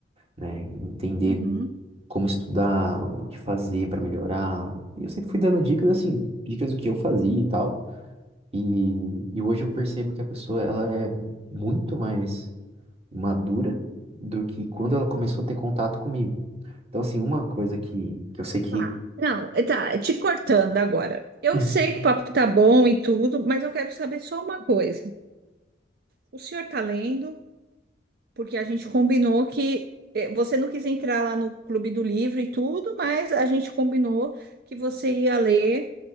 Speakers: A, on the right (about 35°); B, on the right (about 55°).
A: né? em Entender
B: Uhum.
A: como estudar, o que fazer para melhorar. E eu sempre fui dando dicas assim, dicas do que eu fazia e tal. E, e hoje eu percebo que a pessoa ela é muito mais madura do que quando ela começou a ter contato comigo. Então, assim, uma coisa que, que eu sei que.
B: Tá. Não, tá, te cortando agora. Eu
A: Hum.
B: sei que o papo tá bom e tudo, mas eu quero saber só uma coisa. O senhor tá lendo? porque a gente combinou que eh, você não quis entrar lá no Clube do Livro e tudo, mas a gente combinou que você ia ler,